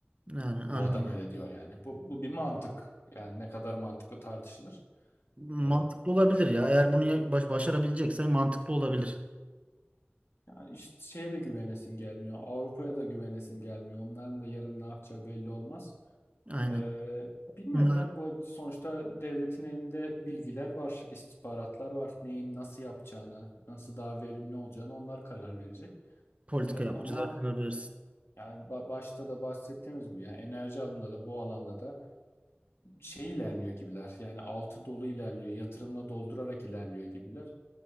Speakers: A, on the right; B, on the left.
A: Yani anladım.
B: Bu adam öyle diyor yani. Bu, bu bir mantık. Yani ne kadar mantıklı tartışılır.
A: Mantıklı
B: Ee,
A: olabilir ya. Eğer bunu ya- baş, başarabileceksen mantıklı olabilir.
B: yani işte şeye de güvenesim gelmiyor. Avrupa'ya da güvenesim gelmiyor. Onların da yarın ne yapacağı belli olmaz.
A: Aynen.
B: Ee, bilmiyorum
A: Bunlar
B: ya bu sonuçta devletin elinde bilgiler var, istihbaratlar var. Neyin nasıl yapacağını, nasıl daha verimli olacağını onlar karar verecek.
A: politika
B: Ee, ama
A: yapıcılar karar versin.
B: yani ba- başta da bahsettiğimiz gibi yani enerji alanında da bu alanda da şey ilerliyor gibiler. Yani altı dolu ilerliyor. Yatırımla doldurarak ilerliyor gibiler.